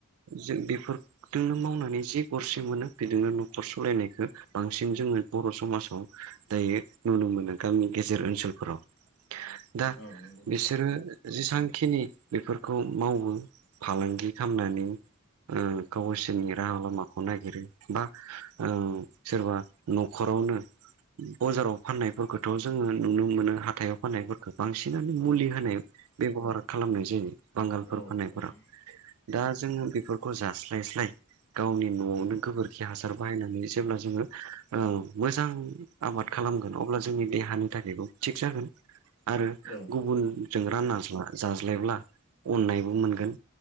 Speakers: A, on the right; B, on the left.
A: जों बेफोर जोंनो मावनानै जि गरसे मोनो बेजोंनो न'खर सालायनायखौ बांसिन बांसिन जोंङो बर' समाजाव दायो नुनो मोनो गामि गेजेर ओनसोलफोराव। दा
B: औ नंगौ नोंथां
A: बिसोरो जेसांखिनि बेफोरखौ मावो फालांगि खालामनानै। ओ गावसोरनि राहा लामाखौ नागिरो बा ओ सोरबा न'खरावनो बजाराव फाननायफोरखौथ' जोंङो नुनो मोनो हाथायाव फाननायफोरखौ बांसिनानो
B: औ
A: मुलि होनाय बेब'हार खालामनाय जायो बांगालफोर
B: औ
A: फाननायफोरा
B: नंगौ
A: दा जोंङो बे बेफोरखौ जास्लायस्लाय गावनि न'आवनो गोबोरखि हासार बाहायनानै जेब्ला जोंङो ओ मोजां आबाद खालामगोन अब्ला जोंनि देहानि थाखायबो थिग जागोन। आरो
B: औ
A: गुबुनजों रानना जा जाज्लायब्ला अननायबो मोनगोन।